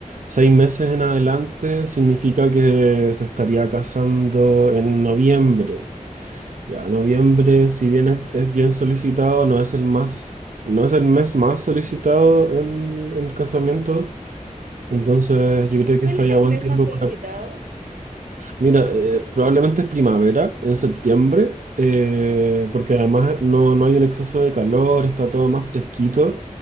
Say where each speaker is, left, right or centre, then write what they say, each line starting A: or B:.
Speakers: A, on the right (about 65°); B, on the right (about 80°).
A: seis meses en adelante significa que se estaría casando en noviembre. Ya, noviembre, si bien es, es bien solicitado, no es el más, no es el mes más solicitado en, en casamiento. Entonces, yo
B: ¿Y
A: creo
B: ¿Cuál
A: que está
B: es
A: ya
B: el
A: buen
B: mes
A: tiempo
B: más solicitado?
A: para... Mira, eh, probablemente es primavera, en septiembre, eh, porque además no, no hay un exceso de calor, está todo más fresquito